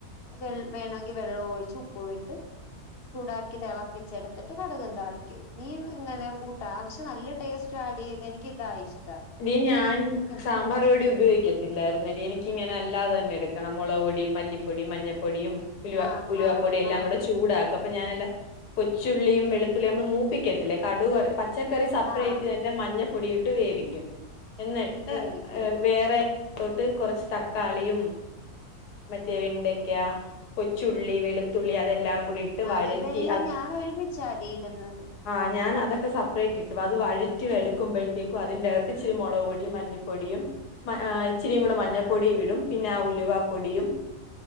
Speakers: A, on the left; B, on the left.
A: വെ വേണമെങ്കിൽ വെള്ളം ഒഴിച്ച് ഉപ്പ് വിട്ട് ചൂടാക്കി തിളപ്പിച്ചെടുത്തിട്ട് കടുകും താളിക്കും നീ ഇങ്ങനെ കൂട്ടാ പക്ഷെ നല്ല ടേസ്റ്റ് ആ ടീ ത് എനിക്ക തായി ഇഷ്ടം
B: ടീ ഞാൻ
A: എനിക്ക്
B: സാമ്പാറ് പൊടി ഉപയോഗിക്ക ഇല്ലായിരുന്നടി എനിക്കിങ്ങനെ അല്ലാതെ തന്നെ എടുക്കണം മുളക് പൊടിയ മല്ലിപ്പൊടിയും മഞ്ഞൾപ്പൊടിയും ഉലുവ
A: ആഹ്
B: ഉലുവ
A: ആഹ്
B: പൊടി എല്ലാം
A: ആഹ്
B: കൂടെ ചൂടാക്കും അപ്പൊ ഞാനല്ല കൊച്ചുള്ളിയും വെളുത്തുള്ളിയും നമ്മള് മൂപ്പിക്കത്തില്ലേ കടു പച്ചക്കറി സെപ്പറേറ്റ്
A: ആഹ്
B: തന്നെ മഞ്ഞൾപ്പൊടിയും ഇട്ട് വേവിക്കും എന്നിട്ട്
A: വേവിക്കും
B: വേറെ തോട്ട് കുറച്ച് തക്കാളിയും മറ്റേ വെണ്ടയ്ക്ക കൊച്ചുള്ളി വെളുത്തുള്ളി അതെല്ലാം കൂടി ഇട്ട്
A: ആഹ്
B: വഴറ്റി
A: ഇതെല്ലാം ഞാൻ ഒരുമിച്ചാടി ഇടുന്നത്
B: ആ ഞാന അതൊക്കെ സെപ്പറേറ്റ് ഇടും അത് വഴറ്റി എടുക്കുമ്പോഴത്തേക്കും അതിൻ്റെ ഇച്ചിരി മുളക് പൊടിയും മല്ലിപ്പൊടിയും മ ആ ഇച്ചിരിക്കുടിയും കൂടെ മഞ്ഞൾപ്പൊടി ഇടും പിന്നെ ആ ഉലുവ പൊടിയും